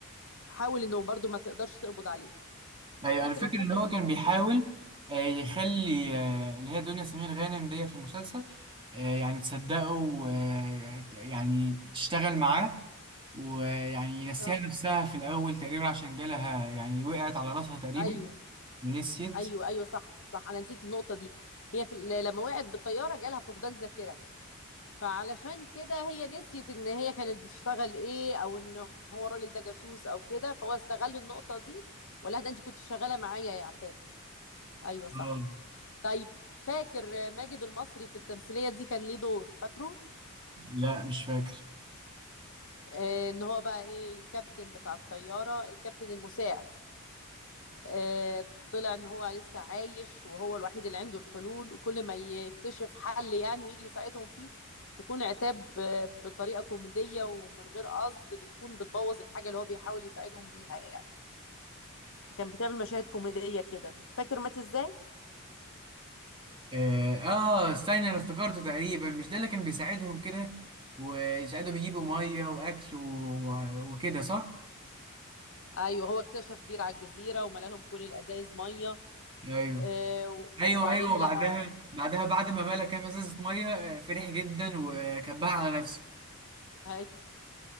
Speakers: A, on the left (about 60°); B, on the right (about 25°).
A: حاول انه برضو ما تقدرش تقبض عليه
B: ايوه
A: فاكر
B: انا فاكر
A: الحته
B: ان
A: دي
B: هو كان بيحاول آه، يخلي آه، اللي هي دنيا سمير غانم دي في المسلسل آه، يعني تصدقه ويعني يعني تشتغل معاه ويعني ينسيها
A: اه
B: نفسها في الاول تقريبا عشان جالها يعني وقعت على راسها تقريبا
A: ايوه
B: ونسيت
A: ايوه ايوه صح صح انا نسيت النقطه دي هي في ال- لما وقعت بالطياره جالها فقدان ذاكره فعلشان كده هي نسيت ان هي كانت بتشتغل ايه او ان هو الراجل ده جاسوس او كده فهو استغل النقطه دي ولا ده انت كنت شغاله معايا يا عتاب ايوه صح
B: اه
A: طيب فاكر ماجد المصري في التمثيليه دي كان ليه دور فاكره
B: لا مش فاكر
A: آه ان هو بقى ايه الكابتن بتاع الطياره الكابتن المساعد آه، طلع ان هو لسه عايش وهو الوحيد اللي عنده الحلول وكل ما يكتشف حل يعني ويجي يساعدهم فيه تكون عتاب آه، بطريقة كوميدية ومن غير قصد بتكون بتبوظ الحاجة اللي هو بيحاول يساعدهم بيها يعني كان بتعمل مشاهد كوميدية كده فاكر مات ازاي؟
B: اه آه، استنى انا افتكرته تقريبا مش ده اللي كان بيساعدهم كده ويساعدهم يجيبوا ميه واكل و- وكده صح
A: ايوه هو اكتشف بير على الجزيرة وملى لهم كل الازايز مية
B: ايوه
A: آه، و- وبعدين
B: ايوه ايوه وبعدها
A: لقى
B: بعدها بعد ما ملا كام ازازه ميه آه، فرح جدا وكبها على نفسه
A: هاي